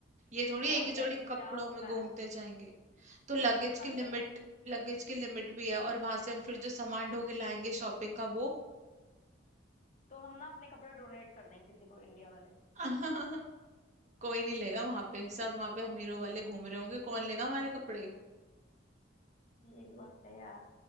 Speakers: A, on the right; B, on the left.
A: ये थोड़ी
B: यार
A: एक ही
B: दस
A: जोड़ी
B: में
A: कपड़ों
B: क्या होता
A: में घूमते
B: है
A: जाएंगे तो लगेज
B: पंद्रह
A: की लिमिट लगेज की लिमिट भी है और वहां से हम फिर जो सामान ढो के लाएंगे शॉपिंग का वो
B: तो हम ना अपने कपड़े डोनेट कर देंगे किसी को इंडिया वाले
A: <laughs> कोई नहीं लेगा वहां पे सब वहां पे अमीरों वाले घूम रहे होंगे कौन लेगा हमारे कपड़े
B: ये भी बात है यार